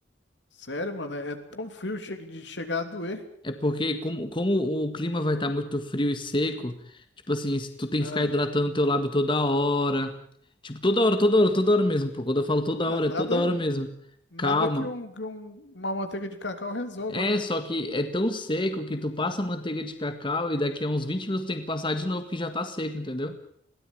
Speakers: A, on the left; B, on the left.
A: Sério, mano, é, é tão frio chega de chegar a doer.
B: É porque como, como o clima vai estar muito frio e seco, tipo assim, se tu tem
A: Ah,
B: que ficar hidratando teu lábio toda hora. Tipo, toda hora, toda hora, toda hora mesmo, pô. Quando eu falo toda
A: ah,
B: hora,
A: nada,
B: é toda hora mesmo.
A: nada
B: Calma.
A: que, um, que um- uma manteiga de cacau resolva,
B: É,
A: né?
B: só que é tão seco que tu passa manteiga de cacau e daqui a uns 20 minutos tem que passar de novo porque já tá seco, entendeu?